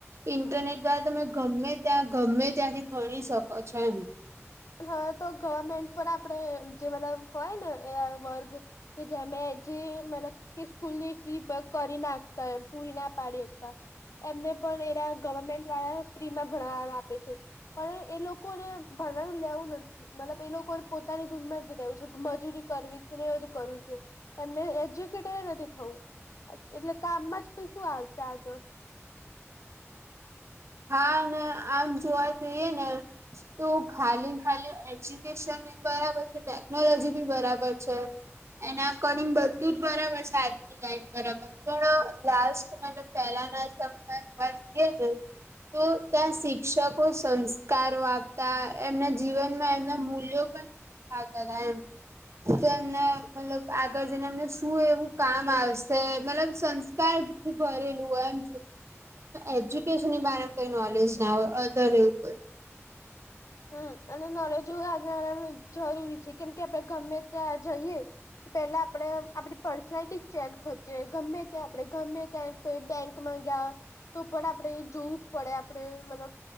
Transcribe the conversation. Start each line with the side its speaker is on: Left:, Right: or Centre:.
Right: ઇન્ટરનેટ દ્વારા તમે ગમે ત્યાં ગમે ત્યાંથી ભણી શકો છો એમ
Left: હવે તો ગવર્મેન્ટ પણ આપડણે જે મતલબ હોય ને એવા વર્ગ કે જેમે જે મતલબ કે સ્કૂલની ફી કરી નાખતા એ પૂરી ના પાડી શકતા એમને પણ એ ગવર્મેન્ટ વાળા ફ્રી માં ભણવા આપે છે પણ એ લોકોને ભણવાનું લેવું નથી મતલબ એ લોકોને પોતાની ધૂન માં જ રહ્યું છે મજૂરી કરવી છે ને એ બધું કરવું છે એમને એજ્યુકેટેડ નથી થવું એટલે કામમાં જી શું આવશે આગળ
Right: હા આમ જોવા જોઈએ ને તો ખાલી ખાલી એજ્યુકેશન બરાબર છે ટેકનોલોજી બી બરાબર છે એના અકોનિંગ બધું જ બરાબર છે આ રાબર પણ લ્ટ મ પેલા ના સમયમાં જોવા જઈએ ને તો ત્યાં શિક્ષકો સંસ્કારો આપતા એમના જીવનમાં એમના મૂલ્યો પણ હા દાદા એમ તો એમને મતલબ આગળ જઈને અમને શું એવું કામ આવશે મતલબ સંસ્કાર ભરેલું એમ એજ્યુકે ની બ કઈ નોલેજ ના હોય અધર એવું હો
Left: હમ અને નોલેજ આજ જરૂરી છે કેમ કે આપડે ગમે ત્યાં જઈએ પેલા આપડે આપડી પર્સનાલિટી ચેક થતી હોય ગમે ત્યાં આપડે ગમે ત્યાં કોઈ બેંકમાં ગયા તો પણ આપણેે જોવું જ પડે આપણે મતલબ